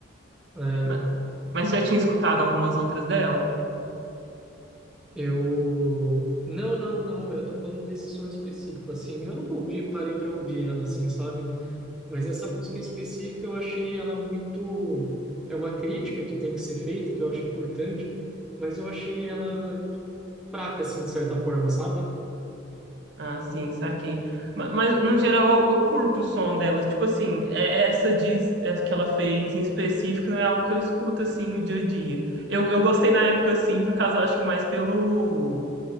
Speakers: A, in the centre; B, on the right.
A: É,
B: Ma- Mas já tinha escutado algumas outras dela?
A: eu... Não, não, não, eu tô falando desse som específico, assim. Eu nunca ouvi, parei pra ouvir ela, assim, sabe? Mas essa música em específico eu achei ela muito. É uma crítica que tem que ser feita, que eu acho importante, mas eu achei ela fraca, assim, de certa forma, sabe?
B: Ah, sim, saquei. Ma- Mas, no geral, eu, eu curto o som delas. Tipo assim, é- essa diz, essa que ela fez em específico não é algo que eu escuto, assim, no dia a dia. Eu, eu gostei na época, assim, por causa, eu acho que mais pelo,